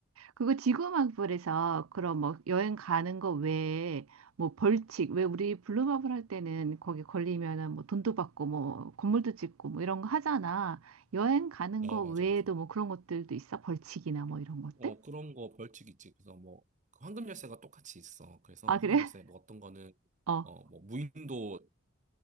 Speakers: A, on the right; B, on the right.
A: 그거 지구마블에서 그럼 뭐 여행 가는 거 외에 뭐 벌칙 왜 우리 블루마블 할 때는 거기 걸리면은 뭐 돈도 받고 뭐 건물도 짓고 뭐 이런 거 하잖아. 여행 가는
B: 어,
A: 거
B: 맞아,
A: 외에도
B: 맞아.
A: 뭐 그런 것들도 있어? 벌칙이나 뭐 이런 것들?
B: 어, 그런 거 벌칙 있지. 그래서 뭐, 그 황금 열쇠가 똑같이 있어. 그래서
A: 아,
B: 황금
A: 그래?
B: 열쇠, 뭐 어떤 거는,
A: 어.
B: 어, 뭐, 무인도로